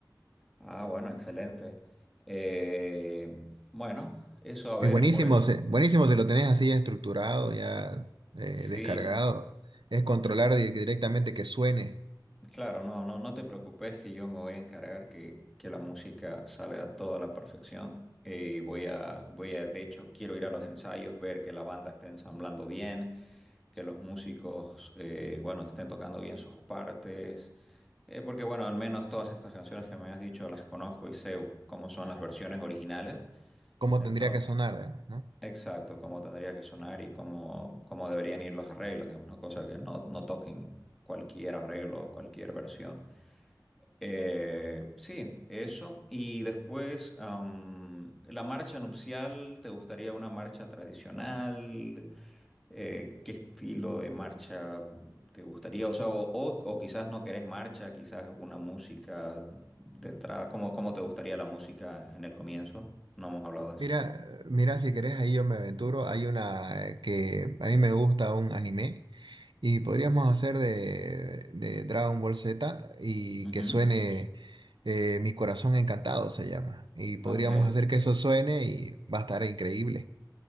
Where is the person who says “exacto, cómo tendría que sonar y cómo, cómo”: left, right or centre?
Centre